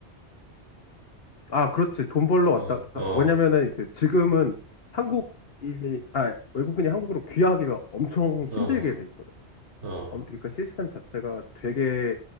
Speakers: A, on the left; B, on the right.
A: 아 그렇지 돈 벌러 왔다.
B: 어,
A: 아,
B: 어,
A: 왜냐면은 이제 지금은 한국인이 아 외국인이 한국으로 귀화하기가 엄청 힘들게
B: 어,
A: 돼 있거든.
B: 어,
A: 엄- 그러니까 시스템 자체가 되게